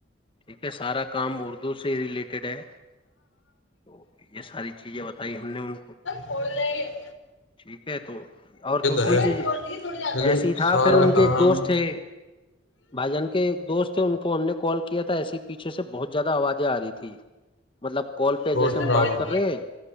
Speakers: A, on the left; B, on the left.
A: ٹھیک ہے سارا کام اردو سے ریلیٹڈ ہے تو یہ ساری چیزیں بتائی ہم نے ان
B: کو ل ہی <unintelligible>
A: ٹھیک ہے تو اور دوسری
B: ہے
A: چیز ایسی تھا
B: سارا
A: پھر ان
B: کام
A: کے ایک دوست تھے بھائی جان کے ایک دوست تھے ان کو ہم نے کال کیا تھا ایس پیچھے سے بہت زیادہ آوازیں آ رہی تھیں مطلب کال پہ
B: شور
A: جیسے
B: شرابہ
A: ہم بات
B: ہوں
A: کر رہے ہیں